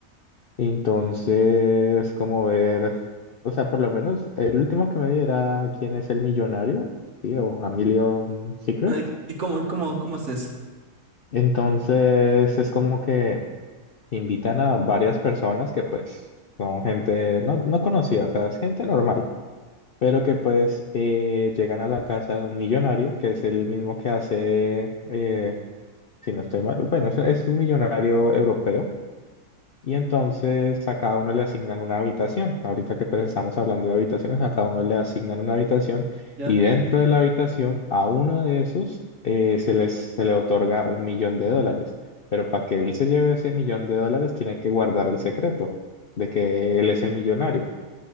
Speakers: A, on the left (about 55°); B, on the right (about 50°).
A: Entonces, como ver, o sea, por lo menos el último que me vi era ¿Quién es el millonario? Sí, o A Million Secret.
B: Ay, ¿y cómo, y cómo, cómo es eso?
A: Entonces, es como que invitan a varias personas que pues son gente no, no conocida, o sea, es gente normal pero que pues eh, llegan a la casa de un millonario, que es el mismo que hace, eh, si no estoy mal, bueno, es, es un millonario europeo, y entonces a cada uno le asignan una habitación. Ahorita que pues estamos hablando de habitaciones, a cada uno le asignan una habitación,
B: ¿Ya?
A: y dentro de la habitación a uno de esos eh, se les, se le otorga un millón de dólares. Pero para que él se lleve ese millón de dólares, tiene que guardar el secreto de que él es el millonario.